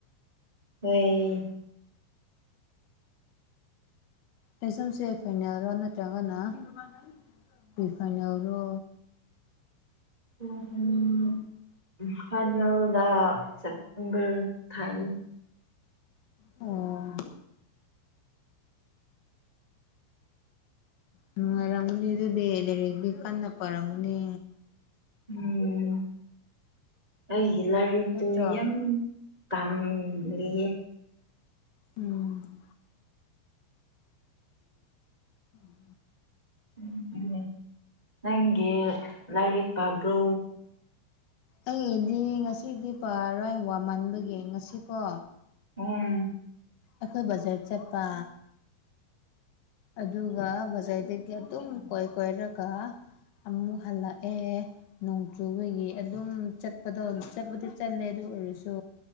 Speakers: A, on the right (about 30°); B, on the left (about 70°).
A: ꯍꯣꯏ
B: ꯑꯦꯖꯥꯝꯁꯦ ꯑꯦ ꯐꯥꯏꯅꯦꯜꯔꯣ ꯅꯠꯇ꯭ꯔꯒꯅ <inaudible> ꯇꯨ ꯐꯥꯏꯅꯦꯜꯔꯣ
A: ꯎꯝ ꯐꯥꯏꯅꯦꯜꯗ ꯁꯦꯞꯇꯦꯝꯕꯔ ꯊꯥꯏ
B: ꯑꯣ ꯅꯨꯡꯉꯥꯏꯔꯝꯒꯅꯤ ꯑꯗꯨꯗꯤ ꯂꯥꯏꯔꯤꯛꯗꯤ ꯀꯟꯅ ꯄꯔꯝꯒꯅꯤ
A: ꯎꯝ ꯑꯩꯒꯤ ꯂꯥꯔꯤꯛꯇꯣ
B: ꯅꯠꯇ꯭ꯔꯣ
A: ꯌꯝ ꯇꯥꯝ ꯂꯤꯌꯦ
B: ꯎꯝ <inaudible>
A: ꯎꯝ ꯎꯝ ꯅꯪꯒꯤ ꯂꯥꯏꯔꯤꯛ ꯄꯕ꯭ꯔꯣ
B: ꯑꯩꯒꯤꯗꯤ ꯉꯁꯤꯗꯤ ꯄꯔꯣꯏ ꯋꯥꯃꯟꯕꯒꯤ ꯉꯁꯤꯀꯣ
A: ꯎꯝ
B: ꯑꯈꯣꯏ ꯕꯖꯥꯔ ꯆꯠꯄ ꯑꯗꯨꯒ ꯕꯖꯥꯔꯗꯒꯤ ꯑꯗꯨꯝ ꯀꯣꯏ ꯀꯣꯏꯔꯒ ꯑꯃꯨꯛ ꯍꯜꯂꯛꯑꯦ ꯅꯣꯡꯆꯨꯕꯒꯤ ꯑꯗꯨꯝ ꯆꯠꯄꯗꯣ ꯆꯠꯄꯗꯤ ꯆꯠꯂꯦ ꯑꯗꯨ ꯑꯣꯏꯔꯁꯨ